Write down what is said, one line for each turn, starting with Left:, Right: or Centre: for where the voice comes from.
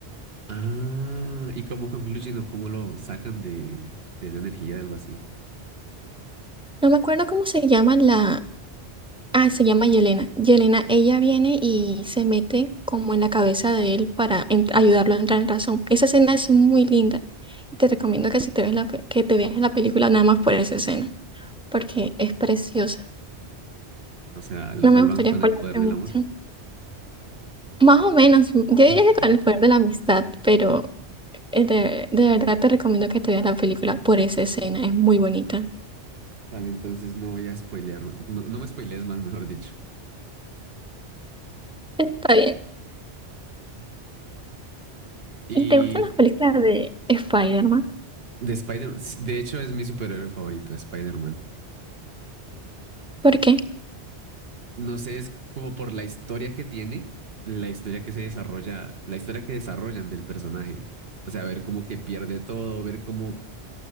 Right: Ah, ¿y cómo concluyen o cómo lo sacan de, de esa energía del vacío?
Centre: No me acuerdo cómo se llama la... Ah, se llama Yelena. Yelena, ella viene y se mete como en la cabeza de él para en- ayudarlo a entrar en razón. Esa escena es muy linda. Y te recomiendo que si te ves la, pe- que te veas la película nada más por esa escena, porque es preciosa.
Right: O sea, lo
Centre: No
Right: salvan
Centre: me gustaría
Right: con
Centre: spoilarte
Right: el poder del
Centre: mucho.
Right: amor.
Centre: Más o menos, yo diría
Right: <laughs>
Centre: que con el poder de la amistad, pero eh, de, de verdad te recomiendo que te veas la película por esa escena. Es muy bonita.
Right: Vale, entonces no voy a spoilearme. No, no me spoilees más, mejor dicho.
Centre: Está bien.
Right: Y
Centre: ¿Y te gustan las películas de Spider-Man?
Right: de Spider, de hecho es mi superhéroe favorito, Spider-Man.
Centre: ¿Por qué?
Right: No sé, es como por la historia que tiene, la historia que se desarrolla, la historia que desarrollan del personaje. O sea, ver cómo que pierde todo, ver cómo,